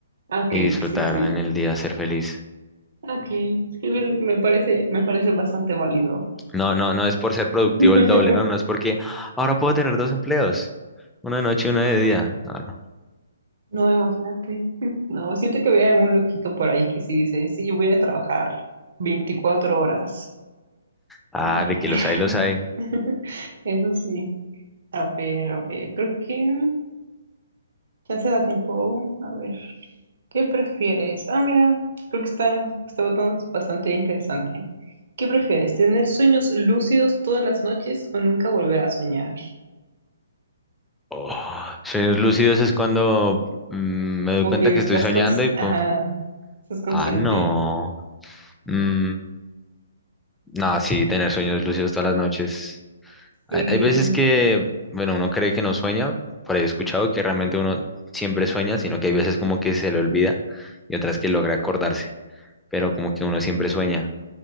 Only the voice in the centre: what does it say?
y disfrutar
en el día, ser feliz.
No, no, no es por ser productivo
el doble, ¿no? No es porque "Ah, ahora puedo tener dos empleos, uno de noche y uno de día. No, no.
Ah,
de que los hay, los hay.
Oh, sueños lúcidos es cuando mm, me doy
cuenta
que
estoy soñando
y pues,
ah, no. Mm, No, sí, tener sueños lúcidos todas las noches. Hay,
hay veces que, bueno, uno cree que no sueña, por ahí he escuchado que realmente uno siempre sueña, sino que hay veces como que se le olvida y otras que logra acordarse, pero como que uno siempre sueña.